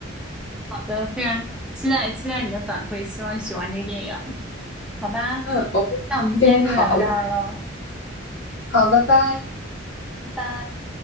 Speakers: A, in the centre; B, on the left (about 70°).
A: 好的，非常期待期待你的反馈，希望你喜欢这个电影，好吧？
B: 嗯，我会跟你讨论。
A: 那我们今天就聊这儿了，
B: 好，拜拜。
A: 拜拜。